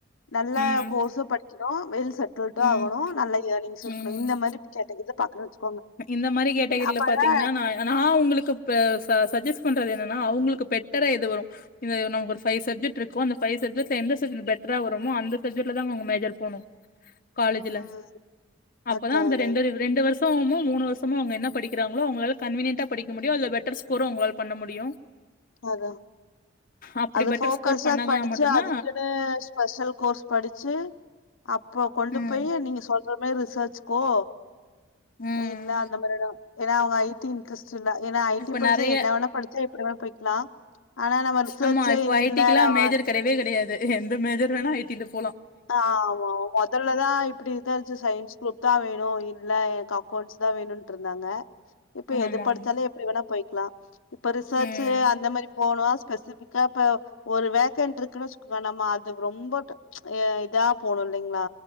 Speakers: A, on the left; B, on the left.
A: நல்ல
B: ம்
A: கோர்ஸ்ஸு படிக் க்கனு வெல்ஸ் செட்டுல்டு
B: ம்
A: ஆகனு நல்ல இயரிங்ஸ் இருக்கணும்
B: ம்
A: இந்த மாதிரிக்கு கேட்டது இது <unintelligible>
B: இந்த மாரி கேட்டகிரில
A: அப்பதான்
B: பாத்தீங்கன்னா நா நா ஒங்களுக்கு ப ச சஜஸ் பண்றது என்னனா அவுங்களுக்கு பெட்டரா எது வரு இது நா ஒரு ஃபைவ் சப்ஜெக்ட் இருக்கு அந்த ஃபைவ் சப்ஜெக்ட்ல எந்த சப்ஜெக்ட் பெட்டரா வருமோ அந்த சப்ஜெக்ட்லதாங்க அவங்க மேஜர் போனு காலேஜ்ல
A: ஆ.
B: அப்பதா
A: அதா
B: அந்த
A: அதா
B: ரெண்டு ரெ ரெண்டு வருஷ் <unintelligible> மூணு வருஷமு அவங்க என்ன படிக்கிறங்களோ அவங்களால கன்வீனியன்ட்டா படிக்க முடியு அதுல பெட்டர் ஸ்கோர்ரு அவங்களால பண்ண முடியு
A: அதா
B: அப்டி
A: அது
B: பெட்டர்
A: போக்கஸா
B: ஸ்கோர் பண்ணாங்கன்னா
A: படிச்சு
B: மட்டுந்தா
A: அதுக்குன்னு ஸ்பெஷல் கோர்ஸ் படிச்சு அப் ப்ப கொண்டு
B: ம்
A: போய் நீங்க சொல்ற மாரி விசாரிச்சுக்கோ
B: ம்
A: இல்ல அந்த மாரிலா ஏன்னா அவங்க ஐ டி இன்ட்ரெஸ்ட் இல்ல ஏனா ஐ
B: இப்ப
A: டி படிச்சா
B: நெறைய
A: என்ன வேணா படிச்சே எப்டி வேணா போய்க்கலா ஆனா நம்ம ரிசர்ச்சு
B: ஆமா இப்போ
A: ன்
B: ஐ
A: இல்லலாம
B: டிக்குலா மேஜர் கெடையவே கெடையாது எந்த மேஜர் வேணாலு ஐ டி ல
A: ஆ ஆமா மொதல்லதா இப்பிடி விசாரிச்சு சயின்ஸ் குரூப்தா வேணு இன் ன்லா எனக்கப் அக்கௌண்ட்ஸ்தா வேணுண்ட்டு இருந்தாங்க இப்ப எது
B: ஆமா
A: படிச்சாலே
B: ஆமா
A: எப்படி வேணா போய் க்ளா இப்ப ரிசர்ச்சு
B: ம்
A: அந்த மாரி போனோ ஸ்பெசிபிக்கா இப்ப ஒரு வேக்கண்ட் இருக்குனு வச்சுக்கோவ நம்ம அது ரொம்ப ப்ச் ஏ இதாப் போனு இல்லைங்களா